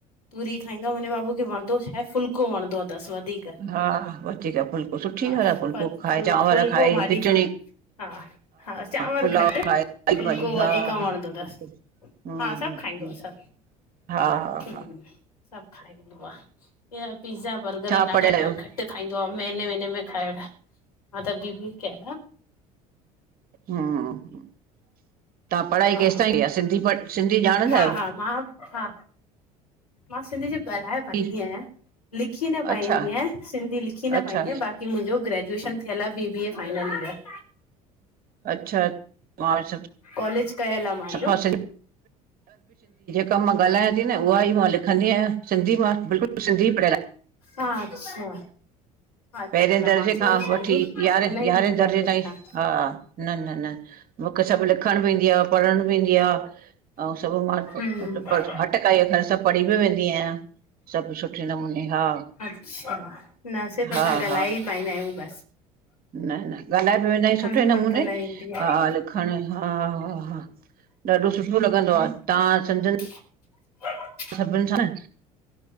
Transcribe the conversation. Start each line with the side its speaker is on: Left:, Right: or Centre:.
Left: तूरी खाईंदो आहे मुंहिंजे बाबू खे वणंदो छाहे फुलको वणंदो तस वध धीक
Right: हा वधीक फुल्को सुठी
Left: हा
Right: ॻाल्हि आहे फुल्को
Left: पर
Right: खाए
Left: फुल
Right: चांवर
Left: फुलको
Right: खाए
Left: भाॼी
Right: खिचड़ी
Left: खा हा हा चांवर
Right: पुलाव
Left: घट
Right: खाए साई
Left: फुलको
Right: भाॼी हा
Left: वधीक
Right: हा
Left: वणंदो तस
Right: बिल्कुलु हम्म
Left: हा
Right: हम्म
Left: सॿ खाईंदो आहे सॿ
Right: हा हा
Left: हं
Right: हा
Left: सॿ खाईंदो आ हीयर पिज़ा बर्गर
Right: छा
Left: ॾाढा
Right: पढ़ियल आहियो
Left: ॾ घट ्ट खाईंदो आ महीने महीने में खाइवठे न त बीबीय खे
Right: हमम तव्हां पढ़ाई
Left: हा
Right: केसिताईं क आहे सिंधी प सिंधी ॼाणंदा
Left: हा
Right: आहियो?
Left: हा मां हा मां सिंधी जी ॻाल्हायां पाईंदी
Right: जी
Left: आहियां लिखी न पाईंदी
Right: अच्छा
Left: आहियां सिंधी लिखी न
Right: अच्छा
Left: पाईंदी आहियां बाक़ी कि मुंहिंजो ग्रेजुएशन थियल आहे B B A final year
Right: अच्छा मां स
Left: कॉलज कयल आ हलो
Right: सफ़ा कअम ॻाल्हायां थी न उहा ई मां लिखंदी आहियां सिंधी मां बिल्कुलु सिंधी पढ़ियल आहियां
Left: हा अच्छा अच्छा
Right: पहिरें
Left: न
Right: दर्जे
Left: मूंखे
Right: खां
Left: वरी सिंधी
Right: वठी यारह
Left: न
Right: यारहें
Left: ईंदी
Right: दर्जे
Left: आहे लिखण
Right: ताईं हा न न न मूंखे सॿ लिखण बि ईंदी आ पढ़ण बि ईंदी आ। ऐं सभु मां
Left: हम्म
Right: मतिलब हटकाई अ़ <unintelligible> र सभु पढ़ी बि वेंदी आहियां सॿ सुठे नमूने हा
Left: अच्छा न सिर्फ़ असां
Right: हा
Left: ॻाल्हाए
Right: हा
Left: ई पाईंदा आहियूं बस
Right: न न ॻाल्हाए बि वेंदा आहियूं सुठे
Left: विखण
Right: नमूने
Left: त न ईंदी आहे
Right: हाल खण हा हा हा ॾाढो सुठो लॻंदो आ तव्हां सिंधिन
Left: ह <inaudible>
Right: सॿ बि न सां??